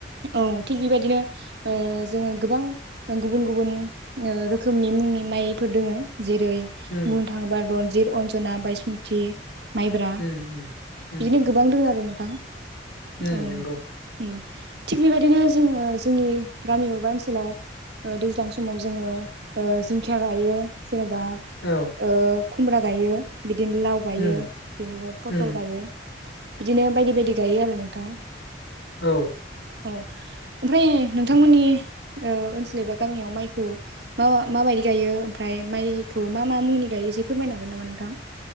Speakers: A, on the right (about 60°); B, on the left (about 75°).
A: औ थिग बेबायदिनो ओ जोङो गोबां गुबुन गुबुन ओ रोखोमनि मुंनि माइफोर दङ जेरै
B: उम
A: बुंनो थांबा रनजिथ अन्जना बायसमुथि माइब्रा
B: उम उम
A: बिदिनो गोबां दङ आरो थां
B: उम
A: औ उम
B: नोंगौ
A: थिग बेबायदिनो जोङो जोंनि गामि एबा ओनसोलाव ओ दैज्लां समाव जोङो ओ जिंखिया गायो जेनबा
B: औ
A: ओ खुमब्रा गायो बिदिनो लाव गायो
B: उम
A: बिदिनो फथल
B: उम
A: गायो। बिदिनो बायदि बायदि गायो आरो नोंथां।
B: औ
A: औ ओमफ्राय नोंथांमोननि ओ ओनसोल एबा गामियाव माइखौ मा माबायदि गायो ओमफ्राय माइखौ मा मा मुंनि गायो एसे फोरमायनो हागोन नामा नोंथां?